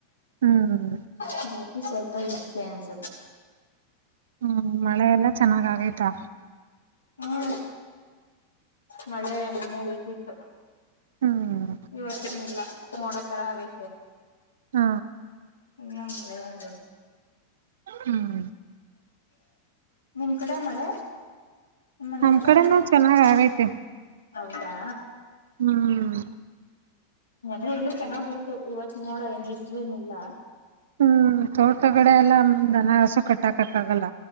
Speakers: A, on the right (about 60°); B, on the left (about 75°).
A: ಹ್ಮ್
B: ಹಾಗಾಗಿ ಸ್ವಲ್ಪ ಇನ್ಸೆನ್ಸ
A: ಹ್ಮ ಮಳೆಲ್ಲಾ ಚೆನ್ನಾಗ ಆಗೈ್ತಾ
B: ಹ್ಮ ಮಳೆ ಮನೆೆ ಬೇಕಿತ್ತು
A: ಹ್ಮ್
B: ಇವತ್ತ ಇಲ್ಲ ಮಡಾತರಾವ
A: ಹಾ
B: ನ
A: ಹ್ಮ್
B: ನಿಮ್ ಕಡೆ ಮಳೆ ನಿಮ್ಮನೆ
A: ನಮ್
B: ಹತ್ರತ್ರ
A: ಕಡೆನೂ ಚೆನ್ನಾಗ್ ಆಗೈತೆ
B: ಹೌದಾ
A: ಹ್ಮ್
B: ಹೇಳ ಚೆನ್ನಾಗ ಉಯಟು ಇವತ್ತು ನೋಡ ಎಂಗ ಇಿಸಲೇನಿಲ್ಲ
A: ಹ್ಮ್ ತೋಟಗಡೆ ಎಲ್ಲಾ ದನ ಹಸು ಕಟ್ಟಾಕಕ್ಕ ಆಗಲ್ಲ